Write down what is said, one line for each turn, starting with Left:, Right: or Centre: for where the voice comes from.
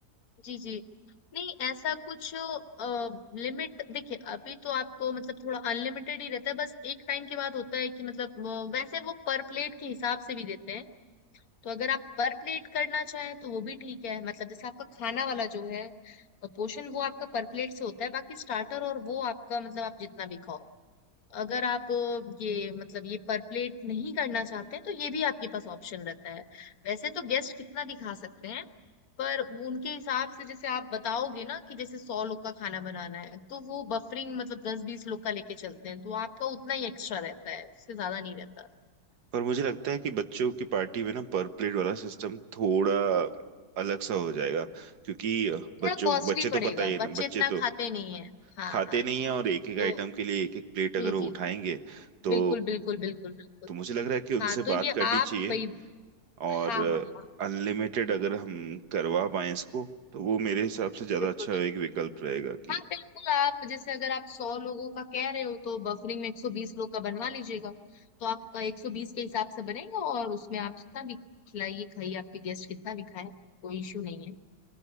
Left: जी जी नहीं ऐसा कुछ लिमिट देखिए अभी तो आपको मतलब थोड़ा अनलिमिटेड ही रहता है बस एक टाइम के बाद होता है कि मतलब अ, वैसे वो पर प्लेट के हिसाब से भी देते हैं तो अगर आप पर प्लेट करना चाहें तो वो भी ठीक है मतलब जैसे आपका खाना वाला जो है पोर्शन वो आपका पर प्लेट से होता है बाकी स्टार्टर और वो आपका मतलब आप जितना भी खाओ अगर आप अ, ये मतलब ये परप्लेट नहीं करना चाहते हैं तो ये भी आपके पास ऑप्शन रहता है वैसे तो गेस्ट कितना भी खा सकते हैं पर वो उनके हिसाब से जैसे आप बताओगे ना कि जैसे सौ लोग का खाना बनाना है तो वो बफरिंग मतलब दस बीस लोग का लेके चलते हैं तो आपका उतना ही एक्स्ट्रा रहता है उससे ज्यादा नहीं रहता
Right: पर मुझे लगता है कि बच्चों की पार्टी में ना पर प्लेट वाला सिस्टम थोड़ा अलग सा हो जाएगा क्योंकि
Left: थोड़ा
Right: बच्चों
Left: कॉस्टली
Right: बच्चे तो
Left: पड़ेगा
Right: पता ही है ना
Left: बच्चे
Right: बच्चे
Left: इतना
Right: तो
Left: खाते नहीं है हाँ
Right: खाते
Left: हाँ
Right: नहीं है और एक एक
Left: तो
Right: आइटम के लिए एक एक प्लेट अगर
Left: जी
Right: वो
Left: जी
Right: उठाएंगे तो
Left: बिल्कुल बिल्कुल बिल्कुल बिल्कुल
Right: तो मुझे लग रहा है कि उनसे
Left: हाँ तो
Right: बात
Left: ये
Right: करनी
Left: आप
Right: चाहिए
Left: वही
Right: और
Left: हाँ हाँ हाँ
Right: अनलिमिटेड अगर हम करवा पाए इसको तो वो मेरे हिसाब से ज्यादा
Left: बिल्कुल
Right: अच्छा एक
Left: बिल्कुल
Right: विकल्प रहेगा कि
Left: हाँ बिल्कुल आप जैसे अगर आप सौ लोगों का कह रहे हो तो बफरिंग में एक सौ बीस लोग का बनवा लीजिएगा तो आपका एक सौ बीस के हिसाब से बनेगा और उसमें आप जितना भी खिलाइए खाइए आपके गेस्ट कितना भी खाए कोई इश्यू नहीं है